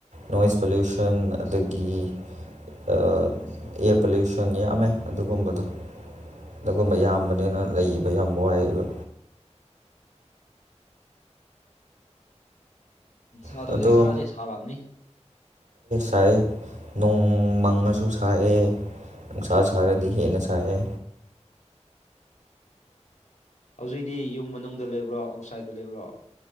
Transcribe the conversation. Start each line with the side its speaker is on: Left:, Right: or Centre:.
Right: ꯅꯣꯏꯁ ꯄꯣꯂꯨꯁꯟ ꯑꯗꯒꯤ ꯑꯦꯌꯥꯔ ꯄꯣꯂꯨꯁꯟ ꯌꯥꯝꯃꯦ ꯑꯗꯨꯒꯨꯝꯕꯗꯣ ꯑꯗꯨꯒꯨꯝꯕ ꯑꯌꯥꯝꯕꯅꯦꯅ ꯂꯩꯕ ꯌꯥꯝ ꯋꯥꯏꯕ
Left: ꯎ ꯑꯗꯨꯗꯤ
Right: ꯑꯗꯣ
Left: ꯈꯔꯗꯤ ꯁꯥꯔꯑꯝꯅꯤ
Right: ꯁꯥꯏꯑꯦ ꯅꯣꯡ ꯃꯪꯉꯁꯨ ꯁꯥꯏꯑꯦ ꯁꯥꯥꯁ ꯁꯔꯦ ꯈꯤꯦ ꯏꯟꯅ ꯁꯔꯦ
Left: ꯍꯧꯖꯤꯛꯗꯤ ꯌꯨꯝ ꯃꯅꯨꯡꯗ ꯂꯩꯕ꯭ꯔꯣ ꯑꯥꯎꯠꯁꯥꯏꯗꯠꯇ ꯂꯩꯕ꯭ꯔꯣ